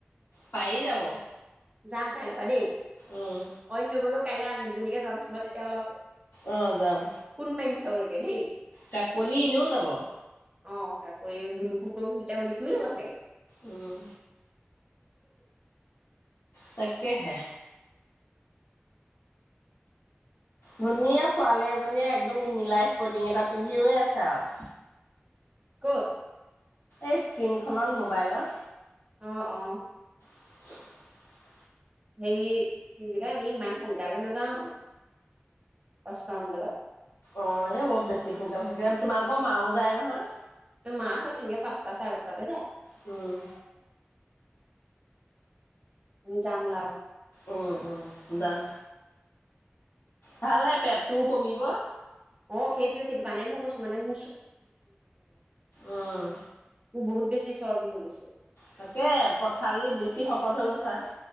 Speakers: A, on the left; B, on the right.
A: পায় যাব।
B: যাম খাই। প দেই
A: উম,
B: অন্যবোলক। কাইলৈ আন দুজনীকে যামচো ম তেয়া ওলাব।
A: আহ যাম
B: ফোন মাৰিম চাবলৈকে দেই
A: কাকলি এনেও যাব।
B: অ কাকলি ওলাই কম নিতামনি খুৰি চাগে।
A: উম। তাকাকে হে। ধুনীয়া ছোৱালী এজনীয়ে একদম নিলাইচ কৰ্টিং এটা পিন্ধি ৰৈ আছে আৰু।
B: কত।
A: এই স্ক্ৰীন খত মোবাইলৰ।
B: আহ অ।
A: <unintelligible>
B: সেই ই কি বুলি কয় ইমান সোনকালেই নাযাও পাচঁটা মান বজাত
A: অঁ এ বৰত বেছি সোনকালে তোমালোকৰ মাওঁ যায় নহয়।
B: ত মা হয় তে এনেকে পাঁচটা চাৰ পাঁচাতে যায়।
A: উম,
B: যাম ওলাব
A: উম উম যাম। ভাল হে পেটটোও কমিব।
B: অঁ সেইটোৱে সেইটোৱেই কাৰণে মই কৈছো মানেই।
A: উম
B: মোৰ বহুত বেছি চৰ্বি হৈ গৈছে
A: তাকে পথালি বেছি শকত হৈ গৈছে। চা